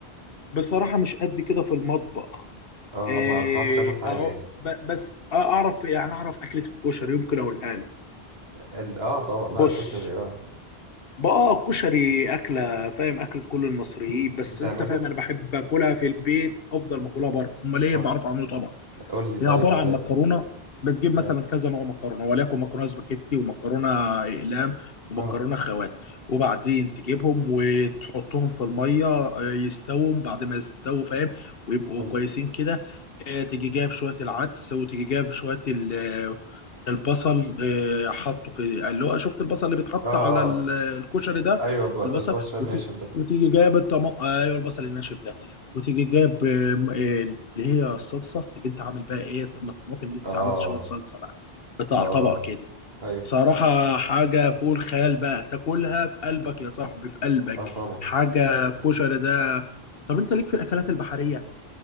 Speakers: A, on the left; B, on the right.
A: بصراحة مش قد كده في المطبخ
B: اه
A: إيه
B: ما بتعرفش تعمل حاجة
A: أهو
B: يعني
A: ب- بس أعرف يعني أعرف أكلة الكشري يمكن أقولها لك
B: ال- اه طبعا
A: بص
B: لا كشري اه
A: بقى الكشري أكلة فاهم أكلة كل المصريين بس
B: بتعمله
A: أنت فاهم أنا بحب أكلها في البيت أفضل ما أكلها بره أمال إيه
B: صح
A: بعرف أعمله طبعا
B: قول لي طيب
A: هي عباره
B: ازاي
A: عن مكرونه بتجيب مثلا
B: اه
A: كذا نوع مكرونه وليكن مكرونه سباكيتي ومكرونه اقلام ومكرونه
B: اه
A: خوات وبعدين تجيبهم وتحطهم في الميه آه، يستووا بعد ما يستووا فاهم ويبقوا
B: قول.
A: كويسين كده آه، تيجي جايب شويه العدس وتيجي جايب شويه ال- آه، البصل آه، حطه في اللي هو شفت البصل اللي بيتحط
B: اه اه
A: على ال-
B: آه.
A: الكشري ده
B: ايوه ب-
A: البصل
B: البشر
A: وت...
B: الناشف ده
A: وتيجي جايب الطماطم ايوه البصل الناشف ده وتيجي جايب آم، آه، اللي هي الصلصه تيجي انت عامل بقى ايه الطماطم دي تيجي
B: اه
A: عامل شويه صلصه بقى قطع
B: اه
A: طبق كده
B: ايوه
A: صراحه حاجه فوق الخيال بقى تاكلها في قلبك يا صاحبي في قلبك
B: اه طبعا
A: حاجه كشري ده طب انت ليك في الاكلات البحريه